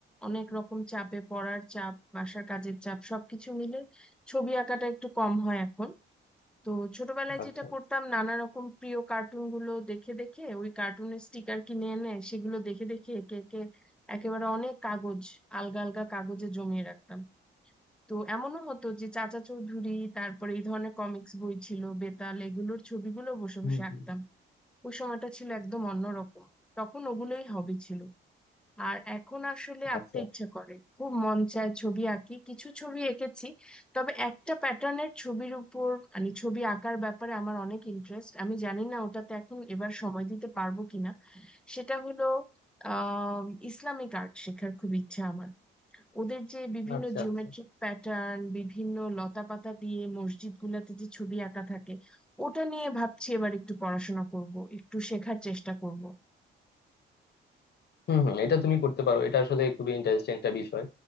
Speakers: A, in the centre; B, on the left.
A: অনেক রকম চাপে পড়ার চাপ বাসার কাজের চাপ সবকিছু মিলে ছবি আঁকাটা একটু কম হয় এখন তো ছোটবেলায়
B: আচ্ছা
A: যেটা করতাম নানা রকম প্রিয় কার্টুন গুলো দেখে দেখে ওই কার্টুনের স্টিকার কিনে এনে সেগুলো দেখে দেখে একে একে একেবারে অনেক কাগজ আলগা আলগা কাগজে জমিয়ে রাখতাম তো এমনও হতো যে চাচা চৌধুরী তারপরে এই ধরনের কমিক্স বই ছিল বেতাল এগুলোর ছবিগুলো বসে
B: হুম
A: বসে আঁকতাম
B: হুম
A: ওই সময়টা ছিল একদম অন্যরকম তখন ওগুলোই হবি ছিল আর এখন আসলে আঁকতে
B: আচ্ছা
A: ইচ্ছে করে খুব মন চায় ছবি আঁকি কিছু ছবি এঁকেছি তবে একটা প্যাটার্নের ছবির উপর মানে ছবি আঁকার ব্যাপারে আমার অনেক ইন্টারেস্ট আমি জানি না ওটাতে এখন এবার সময় দিতে পারবো কিনা সেটা হলো আহ ইসলামিক আর্ট শেখার খুব ইচ্ছা আমার ওদের যে বিভিন্ন
B: আচ্ছা
A: জিওমেট্রিক
B: আচ্ছা
A: প্যাটার্ন বিভিন্ন লতাপাতা দিয়ে মসজিদ গুলাতে যে ছবি আঁকা থাকে ওটা নিয়ে ভাবছি এবার একটু পড়াশোনা করব একটু শেখার চেষ্টা করব
B: হম হম এটা তুমি করতে পারো এটা আসলে খুবই ইন্টারেস্টিং একটা বিষয়